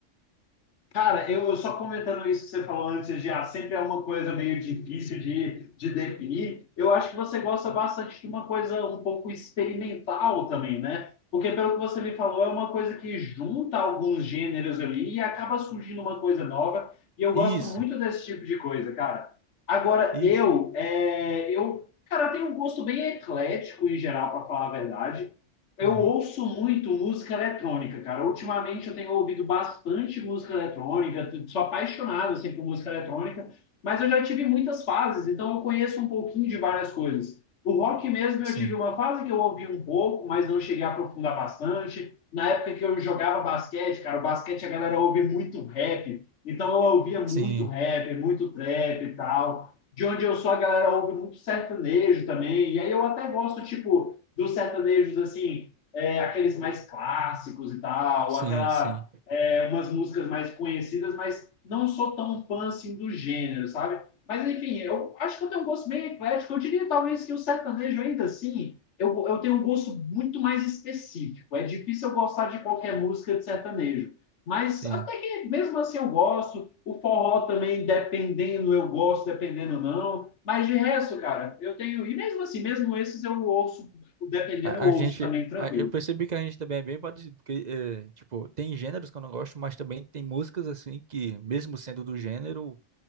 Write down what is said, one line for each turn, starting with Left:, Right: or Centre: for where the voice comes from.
Left: Cara, eu só comentando isso que você falou antes de ah, sempre é uma coisa meio difícil de, de definir. Eu acho que você gosta bastante de uma coisa um pouco experimental também, né? Porque pelo que você me falou, é uma coisa que junta alguns gêneros ali e acaba surgindo uma coisa nova. E eu
Right: Isso,
Left: gosto muito desse tipo de coisa, cara. Agora,
Right: isso.
Left: eu, é, eu, cara, eu tenho um gosto bem eclético em geral, para falar a verdade. eu
Right: Uhum.
Left: ouço muito música eletrônica, cara. Ultimamente eu tenho ouvido bastante música eletrônica, sou apaixonado assim por música eletrônica, mas eu já tive muitas fases, então eu conheço um pouquinho de várias coisas. O rock mesmo eu
Right: Sim,
Left: tive uma fase que eu ouvi um pouco, mas não cheguei a aprofundar bastante. Na época que eu jogava basquete, cara, o basquete a galera ouve muito rap, então eu ouvia muito
Right: sim,
Left: rap, muito trap e tal. De onde eu sou, a galera ouve muito sertanejo também, e aí eu até gosto, tipo, dos sertanejos assim, é, aqueles mais clássicos e tal,
Right: sim,
Left: aquela
Right: sim.
Left: é, umas músicas mais conhecidas, mas não sou tão fã assim do gênero, sabe? Mas enfim, eu acho que eu tenho um gosto bem eclético. Eu diria talvez que o sertanejo ainda assim, eu, eu tenho um gosto muito mais específico. É difícil eu gostar de qualquer música de sertanejo. Mas
Right: Sim.
Left: até que mesmo assim eu gosto. O forró também, dependendo, eu gosto, dependendo não. Mas de resto, cara, eu tenho. E mesmo assim, mesmo esses eu ouço, dependendo,
Right: A,
Left: eu ouço
Right: a gente.
Left: também tranquilo.
Right: a- eu percebi que a gente também é bem parecido, porque, eh, tipo, tem gêneros que eu não gosto, mas também tem músicas, assim, que, mesmo sendo do gênero,